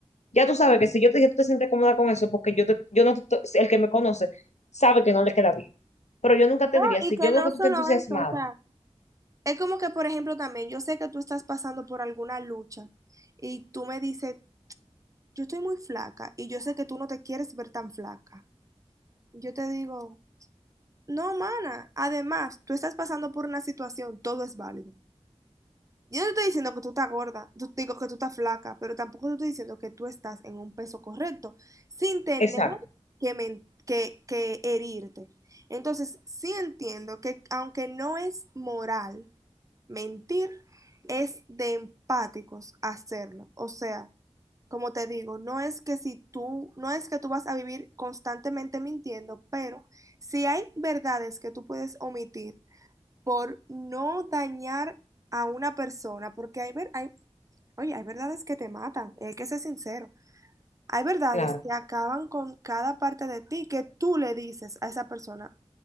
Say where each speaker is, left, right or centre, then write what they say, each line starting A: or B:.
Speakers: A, on the left (about 85°); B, on the right (about 30°).
A: Ya tú sabes que si yo te dije, tú te sientes cómoda con eso, porque yo, te- yo no, te- si el que me conoce sabe que no le queda bien. Pero yo nunca te
B: no,
A: diría,
B: y
A: si
B: que
A: yo
B: no
A: veo que
B: solo
A: tú estás entusiasmada.
B: eso, o sea, es como que, por ejemplo, también yo sé que tú estás pasando por alguna lucha y tú me dices, yo estoy muy flaca y yo sé que tú no te quieres ver tan flaca. Yo te digo... No, mana. Además, tú estás pasando por una situación, todo es válido. Yo no te estoy diciendo que tú estás gorda, tú- digo que tú estás flaca, pero tampoco te estoy diciendo que tú estás en un peso correcto, sin tener
A: Exacto,
B: que, men- que, que herirte. Entonces, sí entiendo que aunque no es moral, Mentir es de empáticos hacerlo. O sea, como te digo, no es que si tú, no es que tú vas a vivir constantemente mintiendo, pero si hay verdades que tú puedes omitir por no dañar a una persona, porque hay, ver- hay, oye, hay verdades que te matan, y hay que ser sincero. Hay verdades
A: claro.
B: que acaban con cada parte de ti que tú le dices a esa persona,